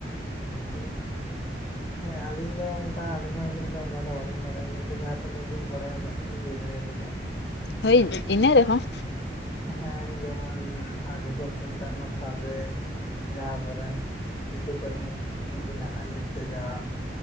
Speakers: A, on the left; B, on the left.
A: <unintelligible> ᱦᱮᱸ ᱟᱞᱤᱧ ᱫᱚ ᱚᱱᱠᱟ ᱟᱞᱤᱧ ᱦᱚᱸ ᱩᱱᱟᱹᱜ ᱫᱚ ᱚᱱᱠᱟ ᱫᱚ ᱵᱟᱟᱹᱞᱤᱧ ᱵᱟᱲᱟᱭᱟ ᱠᱤᱱᱛᱩ ᱡᱟᱦᱟᱸ ᱛᱤᱱᱟᱹᱜ ᱞᱤᱧ ᱵᱟᱲᱟᱭᱟ ᱩᱱᱟᱹᱜ᱾ ᱞᱤᱧ ᱞᱟᱹᱭ ᱫᱟᱲᱮᱭ ᱟᱵᱤᱱᱟ᱾
B: ᱦᱳᱭ ᱤᱱᱟᱹ ᱨᱮᱦᱚᱸ᱾
A: ᱦᱮᱸ ᱡᱮᱢᱚᱱ ᱟᱴᱨᱚᱥᱚ ᱯᱚᱧᱪᱟᱱᱱᱚ ᱥᱟᱞᱨᱮ᱾ ᱡᱟᱦᱟᱸᱵᱚᱨᱮᱱ ᱥᱤᱫᱩ ᱠᱟᱹᱱᱩ ᱩᱱᱠᱤᱱᱟᱜ ᱟᱹᱭᱩᱨ ᱛᱮ ᱡᱟᱦᱟᱸ᱾